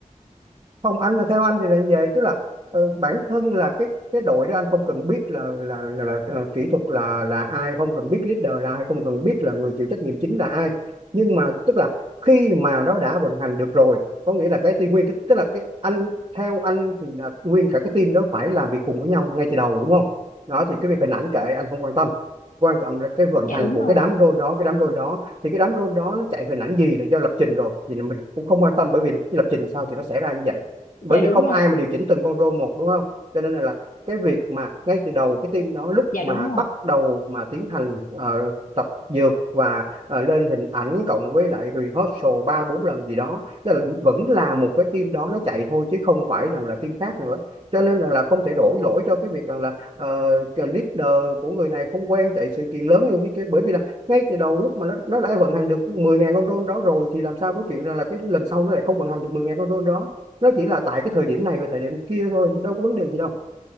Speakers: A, on the right; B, on the left.
A: không anh là theo anh thì là như vậy chứ là ờ, bản thân là cái cái đội đó anh không cần biết là là là, là ờ, kỹ thuật là là ai không cần biết leader là ai không cần biết là người chịu trách nhiệm chính là ai nhưng mà tức là khi mà nó đã vận hành được rồi có nghĩa là cái team nguyên cái, tức là cái anh theo anh thì là nguyên cả cái team đó phải làm việc cùng với nhau ngay từ đầu đúng không đó thì cái việc hình ảnh kệ anh không quan tâm quan trọng là cái vận
B: dạ
A: hành
B: đúng
A: của
B: rồi
A: cái đám role đó cái đám role đó thì cái đám role đó nó chạy hình ảnh gì là do lập trình rồi thì mình cũng không quan tâm bởi vì cái lập trình sao thì nó sẽ ra như vậy bởi
B: dạ
A: vì
B: đúng
A: không
B: rồi
A: ai mà điều chỉnh từng con role một đúng không cho nên là cái việc mà ngay từ đầu cái team đó lúc
B: dạ
A: mà
B: đúng rồi
A: bắt đầu mà tiến hành ờ, tập dược và ờ, lên hình ảnh cộng với lại rehearsal ba bốn lần gì đó tức là vẫn là một cái team đó nó chạy thôi chứ không phải rằng là team khác nữa cho nên rằng là không thể đổ lỗi cho cái việc rằng là ờ, cái leader của người này không quen chạy sự kiện lớn hay cái kia bởi vì là ngay từ đầu lúc mà nó nó đã vận hành được mười ngàn con drone đó rồi thì làm sao có chuyện rằng là cái lần sau nó lại không vận hành được mười ngàn con drone đó nó chỉ là tại cái thời điểm này và thời điểm kia thôi đâu có vấn đề gì đâu